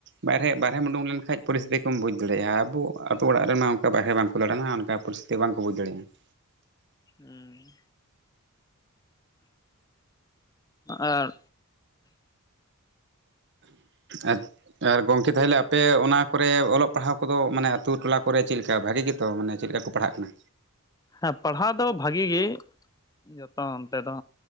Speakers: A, on the right; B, on the left.
A: ᱵᱟᱨᱦᱮ ᱵᱟᱨᱦᱮᱢ ᱩᱰᱩᱝ ᱞᱮᱱ ᱠᱷᱟᱱ ᱯᱚᱨᱤᱥᱛᱤᱛᱤ ᱠᱚᱢ ᱵᱩᱡᱽ ᱫᱟᱲᱮᱭᱟᱜ-ᱟ ᱟᱵᱚ ᱟᱛᱳ ᱚᱲᱟᱜ ᱨᱮᱢᱟ ᱚᱱᱠᱟ ᱵᱟᱦᱨᱮ ᱵᱟᱝᱠᱚ ᱫᱟᱬᱟᱱᱟ ᱚᱱᱠᱟ ᱯᱚᱨᱤᱥᱛᱤᱛᱤ ᱵᱟᱝ ᱠᱚ ᱵᱩᱡᱽ ᱫᱟᱲᱮᱭᱟᱜᱼᱟ ᱾
B: ᱦᱩᱸ ᱾ ᱟᱨ
A: ᱟᱨ ᱟᱨ ᱜᱚᱢᱠᱮ ᱛᱟᱦᱚᱞᱮ ᱟᱯᱮ ᱚᱱᱟ ᱠᱚᱨᱮ ᱚᱞᱚᱜ ᱯᱟᱲᱦᱟᱣ ᱠᱚᱫᱚ ᱢᱟᱱᱮ ᱟᱹᱛᱩ ᱴᱚᱞᱟ ᱠᱚᱨᱮ ᱪᱮᱫ ᱞᱮᱠᱟ ᱵᱷᱟᱹᱜᱤ ᱜᱮ ᱛᱚ ᱢᱟᱱᱮ ᱪᱮᱫ ᱞᱮᱠᱟ ᱠᱚ ᱯᱟᱲᱦᱟᱜ ᱠᱟᱱᱟ?
B: ᱦᱮᱸ ᱯᱟᱲᱦᱟᱣ ᱫᱚ ᱵᱷᱟᱹᱜᱤ ᱜᱮ ᱡᱚᱛᱚ ᱚᱱᱛᱮ ᱫᱚ